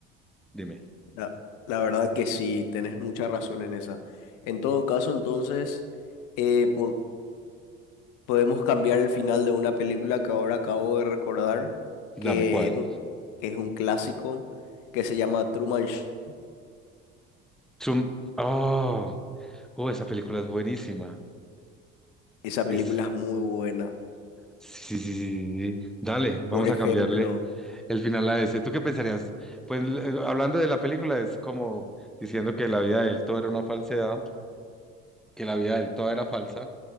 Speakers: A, in the centre; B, on the left.
A: dime,
B: La, la verdad que sí, tenés mucha razón en esa. En todo caso, entonces, eh, po- podemos cambiar el final de una película que ahora acabo de recordar,
A: dame
B: que
A: cuál.
B: es un, que es un clásico, que se llama Truman Show.
A: Zoom- oh, oh, esa película es buenísima.
B: Esa película
A: Es,
B: es muy buena.
A: sí, sí, sí, sí, sí. sí. Dale, vamos
B: Por ejemplo,
A: a cambiarle. El final la ese. ¿Tú qué pensarías? Pues eh, hablando de la película, es como diciendo que la vida de él todo era una falsedad, que la vida de él toda era falsa